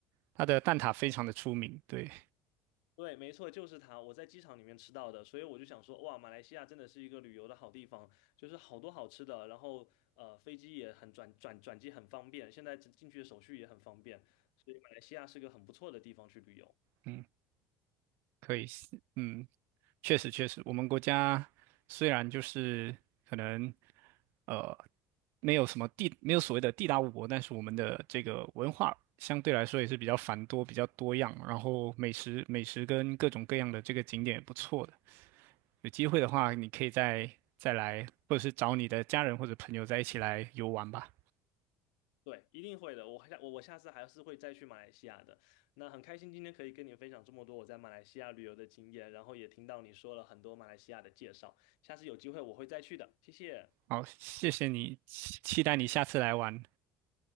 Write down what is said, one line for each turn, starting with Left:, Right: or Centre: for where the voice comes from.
Right: 它的蛋挞非常的出名。对，
Left: 对，没错，就是它，我在机场里面吃到的，所以我就想说，哇，马来西亚真的是一个旅游的好地方，就是好多好吃的，然后呃，飞机也很转转转机很方便，现在进进去的手续也很方便，所以马来西亚是个很不错的地方去旅游。
Right: 嗯，可以是嗯，确实确实，我们国家虽然就是可能呃没有什么地，没有所谓的地大物博，但是我们的这个文化相对来说也是比较繁多、比较多样，然后美食美食跟各种各样的这个景点也不错的。有机会的话，你可以再再来，或者是找你的家人或者朋友在一起来游玩吧。
Left: 对，一定会的，我下我我下次还是会再去马来西亚的。那很开心今天可以跟你分享这么多我在马来西亚旅游的经验，然后也听到你说了很多马来西亚的介绍，下次有机会我会再去的，谢谢。
Right: 好，谢谢你，期期待你下次来玩。